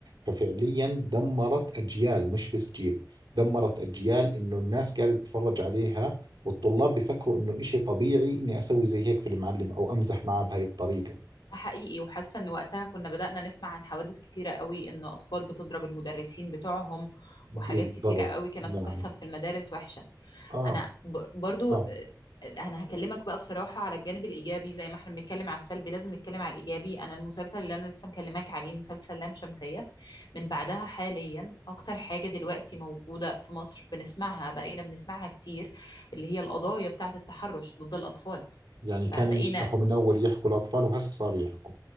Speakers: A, on the right; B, on the left.
A: ففعليا دمرت أجيال مش بس جيل دمرت أجيال إنه الناس قاعدة تتفرج عليها والطلاب بفكروا إنه إشي طبيعي إني أسوي زي هيك في المعلم أو أمزح معه بهاي الطريقة
B: ده حقيقي وحاسه ان وقتها كنا بدأنا نسمع عن حوادث كتيره قوي ان اطفال بتضرب المدرسين بتوعهم
A: بالضبط
B: وحاجات كتيره قوي كانت
A: يعني
B: بتحصل في المدارس وحشه
A: آه
B: انا ب- برضو
A: آه
B: آه، انا هكلمك بقى بصراحه على الجانب الايجابي زي ما احنا بنتكلم على السلبي لازم نتكلم على الايجابي انا المسلسل اللي انا لسه مكلماك عليه مسلسل لام شمسيه من بعدها حاليا اكتر حاجه دلوقتي موجوده في مصر بنسمعها بقينا بنسمعها كتير اللي هي القضايا بتاعه التحرش ضد الاطفال
A: يعني
B: فبقينا
A: كانوا يسمحوا من أول يحكوا الأطفال وهسه صاروا يحكوا